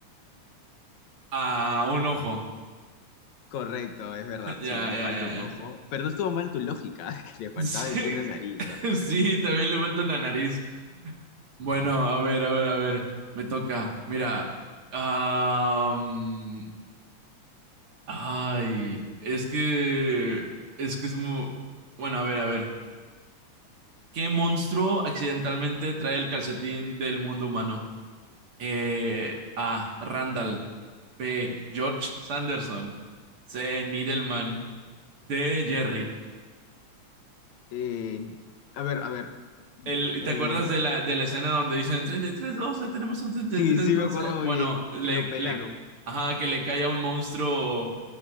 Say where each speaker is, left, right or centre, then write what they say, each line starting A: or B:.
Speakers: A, on the right; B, on the left.
A: a- a un ojo.
B: Correcto, es verdad,
A: <laughs> Ya,
B: sí, le
A: ya,
B: falta
A: ya,
B: un
A: ya.
B: ojo, pero no estuvo mal tu lógica, <laughs> que le faltaba
A: Sí,
B: en sí una nariz.
A: <laughs>
B: ¿ah?
A: sí, también le falta una nariz. Bueno, a ver, a ver, a ver, me toca. Mira, am, ay, es que, es que es muy, bueno, a ver, a ver. ¿Qué monstruo accidentalmente trae el calcetín del mundo humano? Eh, A. Randall. B. George Sanderson. C. Needleman. D. Jerry.
B: Eh, a ver, a ver,
A: El,
B: eh,
A: ¿te acuerdas de la, de la escena donde dicen treinta y tres doce tenemos un treinta
B: sí,
A: y tres
B: sí
A: doce?
B: me acuerdo muy
A: Bueno,
B: bien
A: le,
B: que lo pelaron.
A: le, ajá, que le cae a un monstruo